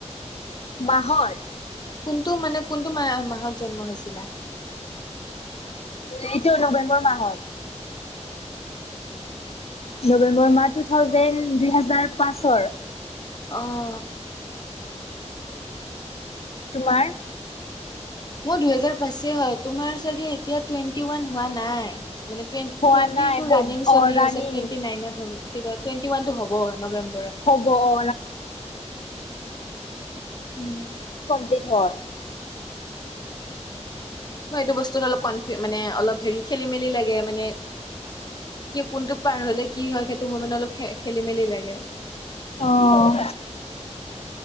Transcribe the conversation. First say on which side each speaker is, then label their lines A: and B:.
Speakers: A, on the left; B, on the left.
A: মাহৰ
B: কোনটো মানে কোনটো ম মাহত জন্ম হৈছিলা
A: এইটো নৱেম্বৰ মাহত নৱেম্বৰ মাহ টু থাউজেণ্ড দু হোজাৰ পাঁচৰ
B: আহ
A: তোমাৰ
B: <inaudible> মানে টুৱেটি টুৱেট ৰানিং চলি আছে টুৱেণ্টি
A: হোৱা
B: নাইনত
A: নাই অ
B: হ' কি
A: ৰানিং
B: টুৱেটি ওানটো হব নৱেম্বৰ।
A: হ'ব অ
B: উম,
A: প্লট হয়
B: মই এইটো বস্তুত অলপ ক মানে অলপ হেৰি খেলি মেলি লাগে মানে কি কোনটো পাৰ হলে কি হয় সেইটো মোৰ মানে অলপ খেলি মেলি লাগে
A: আহ